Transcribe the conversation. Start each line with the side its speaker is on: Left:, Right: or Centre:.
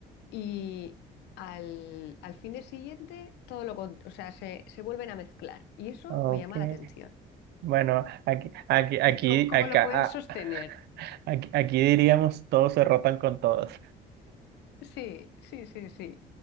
Left: y al, al fin de siguiente todo lo, con- o sea, se, se vuelven a mezclar. Y eso
Right: ok.
Left: me llama la atención.
Right: Bueno, aquí, aquí, aquí,
Left: ¿Cómo, cómo
Right: acá,
Left: lo pueden
Right: ah,
Left: sostener?
Right: aquí, aquí diríamos todos se rotan con todos.
Left: Sí, sí, sí, sí.